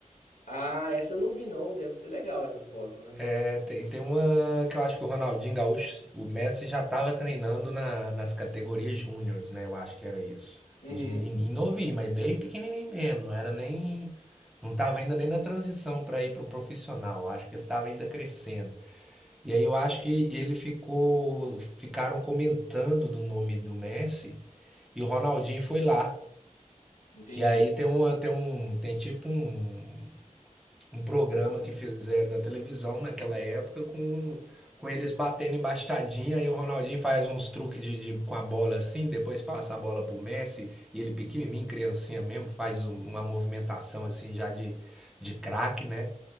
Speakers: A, on the left (about 85°); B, in the centre.
A: Ah, essa eu não vi não, deve ser legal essa foto, né?
B: É, tem, tem uma que eu acho que o Ronaldinho Gaúcho, o Messi já estava treinando na- nas categorias júniores, né? Eu acho que era isso.
A: Uhum,
B: Os menininhos novinhos, mas bem pequenininho mesmo. Não era nem. Não estava ainda nem na transição para ir pro profissional. Eu Acho que ele estava ainda crescendo. E aí eu acho que ele ficou. Ficaram comentando do nome do Messi e o Ronaldinho foi lá.
A: entendi.
B: E aí tem uma, tem um, tem tipo um, um programa que fizeram da televisão naquela época com, com eles batendo embaixadinha e o Ronaldinho faz uns truques de, de- com a bola assim, depois passa a bola pro Messi e ele pequenininho, criancinha mesmo, faz um- uma movimentação assim já de, de craque, né?